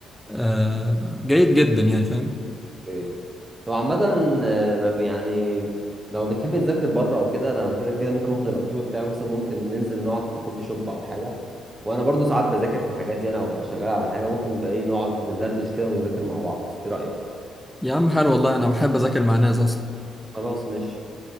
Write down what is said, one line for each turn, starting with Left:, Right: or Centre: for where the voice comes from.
Centre: آه جيد جدا يعني فاهم
Right: اوكي طبعا عامه آه، ما بي- يعني لو بتحب تذاكر بره او كده انا كده كده ممكن اخد اللابتوب بتاعي مثلا ممكن ننزل نقعد في كوفي شوب او حاجه وانا برضو ساعات بذاكر في حاجاتي انا وببقى شغال على حاجه ممكن نبقى ايه نقعد ندردش كده ونذاكر مع بعض ايه رايك
Centre: يا عم حلو والله أنا بحب أذاكر مع ناس أصلا
Right: خلاص ماشي